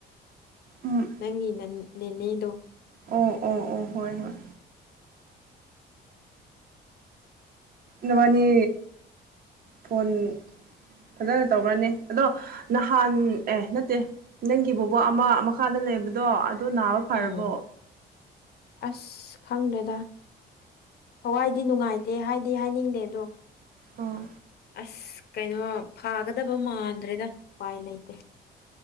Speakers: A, on the right; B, on the left.
A: ꯎꯝ
B: ꯅꯪꯤ ꯅꯟ ꯅꯦ ꯅꯩꯅꯗꯣ
A: ꯑꯣ ꯑꯣ ꯑꯣ ꯍꯣꯏ ꯍꯣꯏ ꯅꯃꯅꯤ ꯐꯣꯟ ꯐꯖꯅ ꯇꯧꯕ꯭ꯔꯅꯦ ꯑꯗꯣ ꯅꯍꯥꯟ ꯑꯦ ꯅꯠꯇꯦ ꯅꯪꯒꯤꯕꯨꯕ ꯑꯃ ꯃꯈꯥꯗ ꯂꯩꯕꯗꯣ ꯑꯗꯨ ꯅꯥꯕ ꯐꯔꯕꯣ
B: ꯎꯝ ꯑꯁ ꯈꯪꯗꯦꯗ ꯊꯋꯥꯏꯗꯤ ꯅꯨꯡꯉꯥꯏꯇꯦ ꯍꯥꯏꯗꯤ ꯍꯥꯏꯅꯤꯡꯗꯦ ꯑꯗꯣ
A: ꯑꯣ
B: ꯑꯁ ꯀꯩꯅꯣ ꯐꯥꯒꯗꯕ ꯃꯥꯟꯗ꯭ꯔꯦꯗ ꯎꯄꯥꯏ ꯂꯩꯇꯦ